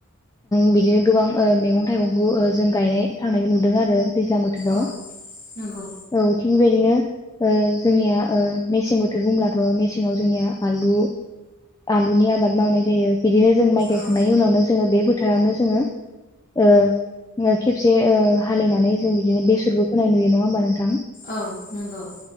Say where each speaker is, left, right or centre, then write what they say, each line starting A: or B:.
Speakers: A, on the left; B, on the left.
A: बिदिनो गोबां मैगं थाइगंखौ जों गायनाय थांनायखौ नुदों आरो दैज्लां बोथोराव
B: औ नंगौ
A: औ थिग बेबायदिनो जोंनिया मेसें बोथोर बुंब्लाथ' मेसेङाव जोंनिया आलु आलुनि आबाद मावनाय जायो बिदिनो जों माइ गायखांनायनि
B: औ
A: उनावनो जोङो बे फोथारावनो जोङो खेबसे हालेवनानै जों बिदिनो बेसरबो फोनाय नुयो नङा होमबा नोंथां
B: औ नंगौ